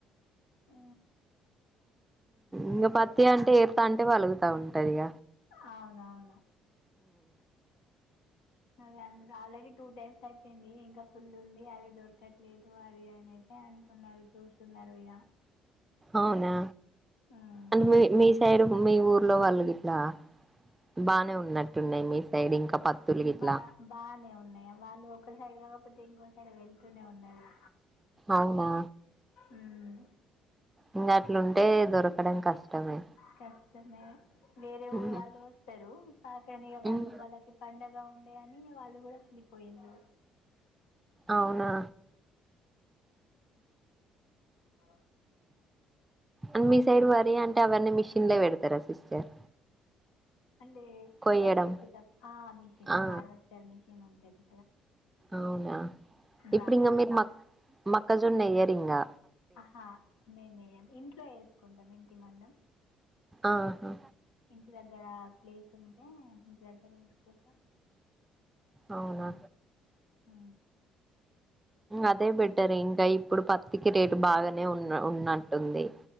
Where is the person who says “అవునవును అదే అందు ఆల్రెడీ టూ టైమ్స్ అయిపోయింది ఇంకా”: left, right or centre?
Left